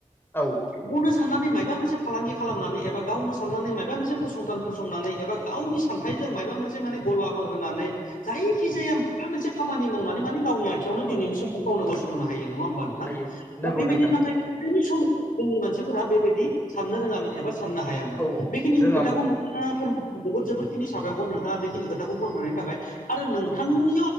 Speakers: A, on the left; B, on the left.
A: औ।
B: गावनो साननानै माबा मोनसे फालांगि खालामनानै एबा गावनो साननानै माबा मोनसे फसंथान फसंनानै एबा गावनि सानथाइजों माबा मोनसे माने गलाफोर होनानै जायखिजाया माबा मोनसे खामानि मावनानै माने गावनि आथिंयावनो
A: औ
B: दिनैनि समाव गावनो गसंनो हायो नङा होमब्ला नोंथां
A: हायो
B: दा
A: नंगौ
B: बेबायदि
A: नोंथां
B: नाथाय गोदनि समाव जोंनि मानसिफोरा बेबायदि साननो रोङामोन एबा साननो हायामोन
A: औ
B: बेखिनि
A: रोङामोन
B: खोथाखौ <unintelligible> जोबोद जोबोरखिनि साबायखर नोंथाङा बेखिनि खोथाखौ फोरमायनायनि
A: औ
B: थाखाय आरो नोंथांनि
A: औ